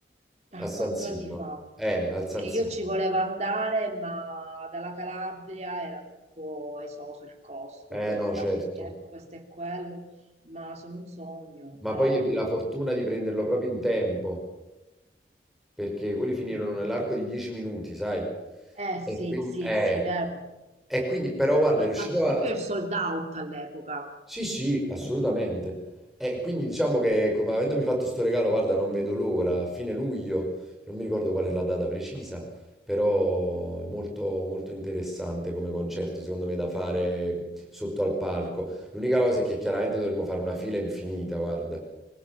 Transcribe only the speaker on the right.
Ah,
quattro
anni fa.
che io
ci volevo andare, ma dalla Calabria era troppo esoso il costo,
tra
biglietto, questo e quello, ma sono un sogno,
bello.
Mm.
Eh
sì,
sì,
sì, vero.
Ha
fatto proprio
il sold out all'epoca.